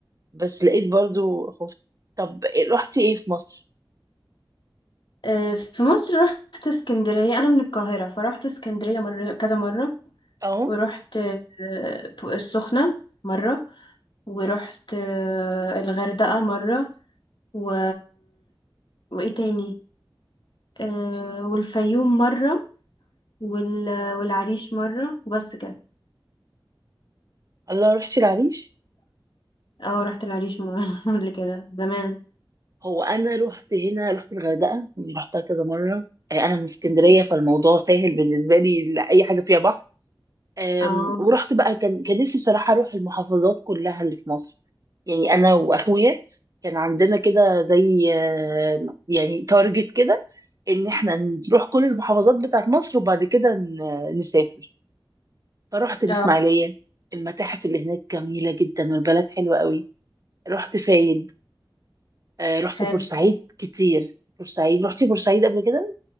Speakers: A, on the right; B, on the left.
A: بس لقيت برضو خفت طب رحتي ايه في مصر
B: آه، في مصر رحت اسكندرية أنا من القاهرة فرحت اسكندرية مرة كذا مرة
A: اهو
B: ورحت آه، السخنة مرة ورحت آه، الغردقة مرة و... وإيه تاني آه، والفيوم مرة وال... والعريش مرة وبس كده
A: الله رحتي العريش
B: اه رحت العريش مرة <laughs> قبل كده زمان
A: هو انا رحت هنا رحت الغردقه رحتها كذا مره آه، انا من اسكندريه
B: <laughs>
A: فالموضوع سهل بالنسبه لي لاي حاجه فيها بحر آم،
B: اه
A: ورحت بقى كان كان نفسي بصراحه اروح المحافظات كلها اللي في مصر يعني انا واخويا كان عندنا كده زي آه، يعني تارجت كده ان احنا نروح كل المحافظات بتاعت مصر وبعد كده ن- نسافر رحت الإسماعيلية
B: اه
A: المتاحف اللي هناك جميلة جدا والبلد حلوة قوي رحت فايد آه، رحت
B: حلو
A: بورسعيد كتير بورسعيد رحتي بورسعيد قبل كده